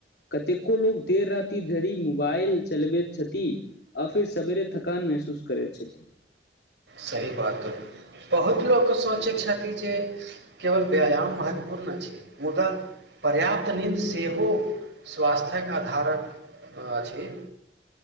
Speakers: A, on the left (about 65°); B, on the right (about 80°).
A: कतेको लोक देर राति धरि मोबाइल चलबैत छथिन आ फिर सवेरे थकान महसूस करैत छथिन।
B: सही बातइ बहुत लोक सोचै छथिन जे केवल व्यायाम महत्वपूर्ण छै मुदा पर्याप्त नीन्द सेहो स्वास्थ्यक आधारक अछि।